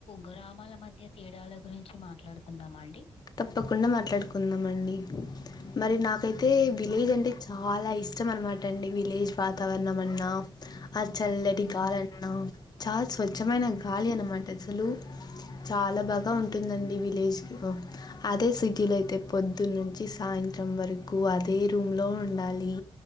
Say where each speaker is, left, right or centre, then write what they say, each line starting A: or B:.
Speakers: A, on the left (about 70°); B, on the left (about 40°).
A: గ్రామాల మధ్య తేడాల గురించి మాట్లాడు కుందామాండి
B: తప్పకుండా మాట్లాడుకుందామండి. మరి నాకైతే విలేజ్ అంటే చాలా ఇష్టం అనమాట అండి విలేజ్ వాతావరణం అన్నా ఆ చల్లటి
A: ఉమ్,
B: గాలి అన్నా చాలా స్వచ్ఛమైన గాలి అనమాట అసలు చాలా బాగా ఉంటుందండి విలేజ్లో అదే సిటీలు అయితే పొద్దున్న నుంచి సాయంత్రం వరకు అదే రూమ్లో ఉండాలి.